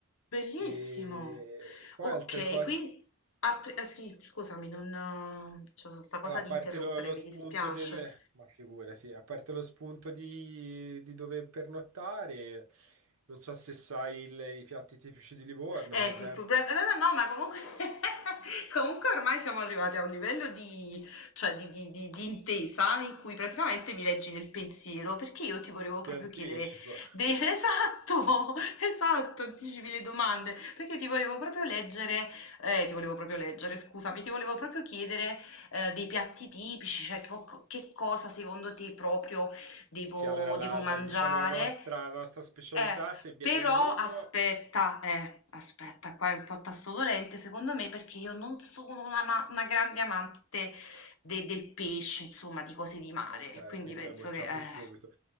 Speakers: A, on the left (about 65°); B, on the right (about 80°).
A: Bellissimo.
B: E poi
A: Okay,
B: altre cose.
A: quin altri eh sì, scusami, non eh, c'ho 'sta cosa
B: Allora,
A: di
B: a parte
A: interrompere,
B: lo, lo
A: mi
B: spunto
A: dispiace.
B: del... Ma figura, sì, a parte lo spunto di, di dove pernottare, non so se sai il- i piatti tipici di Livorno,
A: Ecco,
B: per esempio,
A: il problema no, no, no, ma comunque, <laughs> comunque ormai siamo arrivati a un livello di, cioè di, di- di- di intesa in cui praticamente mi leggi nel pensiero, perché io ti volevo proprio
B: ti anticipo.
A: chiedere, de- <laughs> esatto, esatto, anticipi le domande, perché ti volevo proprio leggere, eh, ti volevo proprio leggere, scusami, ti volevo proprio chiedere eh, dei piatti tipici, cioè co- co- che cosa secondo te proprio Devo
B: Sì, allora la,
A: devo
B: la-
A: mangiare.
B: diciamo la nostra, la nostra specialità,
A: Eh,
B: se viene
A: però
B: a Livorno...
A: aspetta, eh, aspetta, qua è un po' tasto dolente secondo me perché io non sono una, ma- una grande amante de- del pesce, insomma, di cose di mare,
B: Ah, ok,
A: e quindi
B: quindi
A: penso
B: mi ha bocciato
A: che... eh.
B: subito.